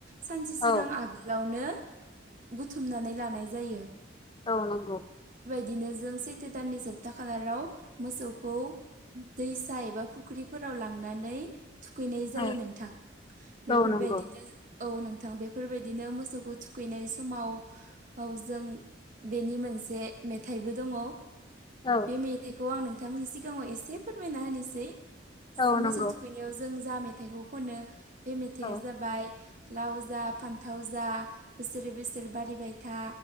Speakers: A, on the right; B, on the left.
A: सानसे सिगां
B: औ
A: आगोलावनो बुथुमनानै लानाय जायो
B: औ नंगौ
A: बिदिनो जों सैथो दाननि जोबथा खालाराव मोसौखौ दैसा एबा फुख्रिफोराव लांनानै थुखैनाय जायो
B: औ
A: नोंथां बेफोरबायदिनो
B: औ नंगौ
A: औ नोंथां बेफोरबायदिनो मोसौखौ थुखैनाय समाव औ जों बेनि मोनसे मेथाइबो दङ
B: औ
A: बे मेथाइखौ आं नोंथांनि सिगाङाव एसे फोरमायना होनोसै
B: औ
A: मोसौ
B: नंगौ
A: थुखैनायाव जों जा मेथाइखौ खनो बे मेथाइआ
B: औ
A: जाबाय लाव जा फान्थाव जा बोसोरै बोसोर बारिबाय था